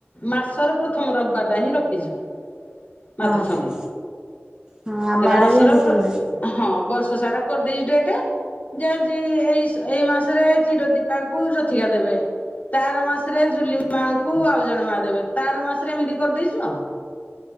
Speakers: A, on the left; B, on the right.
A: ମାସର ପ୍ରଥମ ରବିବାର ନାହିଁ ରଖିଛୁ। ମାତୃ
B: ହଁ
A: ସଂାନୀ
B: ହଁ ହଁ ଆମ
A: ସେଟା
B: ଆଡେ
A: ମାସର
B: ବି ଏମିତି ହୁଏ
A: ହଁ ବର୍ଷ ସାରା <inaudible> କରିଦେଇ ଡ ଏଇ ମାସରେ ଚିର ଦୀପା କ ଜୋତିିକା ଦେବେ ତାର ମାସରେ ଜୁଲି ମାଙ୍କୁ ଆଉ ଜଣେ ମା ଦେବେ ତାର ମାସରେ ଏମିତି କରିଦେଇଛୁ ଆଉ